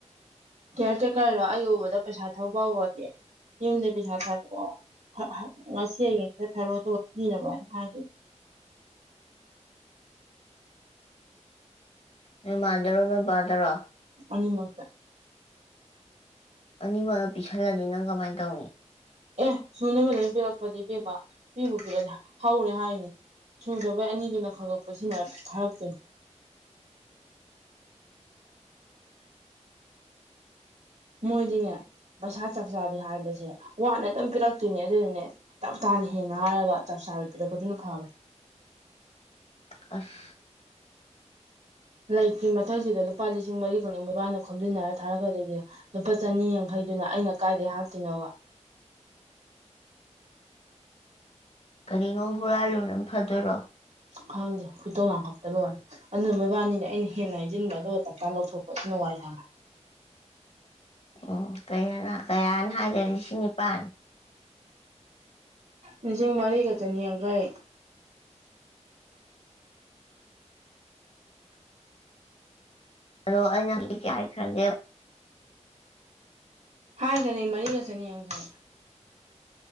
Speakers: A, on the right; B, on the left.
A: ꯀꯤꯌꯔ ꯇꯦꯀꯔꯗꯣ ꯑꯩ ꯎꯕꯗ ꯄꯩꯁꯥ ꯊꯧꯕ ꯐꯕꯅꯦ ꯌꯨꯝꯗ ꯄꯩꯁꯥ ꯊꯥꯔꯛꯑꯣ ꯉꯁꯤ ꯍꯌꯦꯡꯗ ꯊꯔꯛꯑꯣ ꯑꯗꯨꯒ ꯄꯤꯅꯕ ꯍꯥꯏꯅ ꯍꯥꯏꯈꯤꯝꯅꯤ
B: ꯅꯣꯏ ꯃꯥꯗꯔꯣ ꯅꯣꯏ ꯕꯥꯗꯔꯣ
A: ꯑꯅꯤꯃꯛꯇ
B: ꯑꯅꯤꯃꯛꯅ ꯄꯤꯁꯜꯂꯗꯤ ꯅꯪ ꯀꯃꯥꯏꯅ ꯇꯧꯅꯤ
A: ꯑꯦ ꯁꯨ ꯅꯕ ꯂꯣꯏꯅ ꯄꯤꯔꯛꯄꯗꯤ ꯏꯕꯦꯝꯃ ꯄꯤꯕꯨ ꯄꯤꯔꯛꯄꯗꯤ ꯍꯧꯔꯦ ꯍꯥꯏꯅꯤ ꯁꯨꯔꯕꯩ ꯑꯅꯤꯗꯨꯅ ꯈꯛ ꯈꯜ ꯄꯨꯟꯁꯤꯟꯅꯔ ꯊꯥꯔꯛꯇꯣꯏ ꯃꯣꯏꯗꯤꯅꯦ ꯄꯩꯁꯥ ꯆꯞ ꯆꯥꯕꯤ ꯍꯥꯏꯕꯁꯦ ꯋꯥꯠꯅ ꯑꯗꯨꯝ ꯄꯤꯔꯛꯇꯣꯏꯅꯦ ꯑꯗꯨꯗꯨꯅꯦ ꯇꯞ ꯇꯥꯅ ꯍꯦꯟꯅ ꯍꯥꯏꯔꯕ ꯆꯞ ꯆꯥꯕꯤ ꯄꯤꯔꯛꯄꯗꯨꯅ ꯐꯕꯅꯦ
B: ꯑꯁ
A: ꯂꯩꯇ꯭ꯔꯤ ꯃꯊꯛꯁꯤꯗ ꯂꯨꯄꯥ ꯂꯤꯁꯤꯡ ꯃꯔꯤꯈꯛꯅꯦ ꯃꯣꯏꯕꯥꯅꯤꯅꯕ ꯈꯣꯝꯖꯤꯟꯅꯔꯒ ꯊꯥꯔꯛꯀꯗꯣꯏꯗꯤ ꯂꯨꯄꯥ ꯆꯅꯤ ꯌꯥꯡꯈꯩꯗꯨꯅ ꯑꯩꯅ ꯀꯥꯏꯗꯒꯤ ꯍꯥꯞꯇꯣꯏꯅꯣꯕ
B: ꯀꯔꯤꯅꯣꯝ ꯍꯨꯔꯥꯜꯂꯨ ꯅ ꯐꯗꯣꯏꯔꯣ
A: ꯈꯪꯗꯦ ꯈꯣꯏꯗꯣ ꯂꯥꯡꯈꯞꯄꯗ ꯂꯣꯏꯔꯦ ꯑꯗꯨꯅ ꯃꯣꯏꯕꯥꯅꯤꯗ ꯑꯩꯅ ꯍꯦꯟꯅ ꯍꯥꯏꯖꯤꯟꯕ ꯑꯗꯨꯒ ꯇꯞꯇꯥꯏ ꯂꯧꯊꯣꯛꯄ ꯑꯗꯨ ꯅ ꯋꯥꯏ ꯁꯪꯉꯦ
B: ꯎꯝ ꯀꯔꯤ ꯍꯥꯏꯅ ꯀꯌꯥꯅ ꯍꯥꯏꯒꯦ ꯂꯤꯁꯤꯡ ꯅꯤꯄꯥꯟ
A: ꯂꯤꯁꯤꯡꯃꯥꯔꯤ ꯒ ꯆꯅꯤ ꯌꯥꯡꯈꯩ
B: ꯑꯗꯣ ꯑꯩꯅ <unintelligible> ꯈ꯭ꯔꯒꯦ
A: ꯍꯥꯏꯒꯅꯤ ꯃꯔꯤꯒ ꯆꯅꯤ ꯌꯥꯡꯈꯩ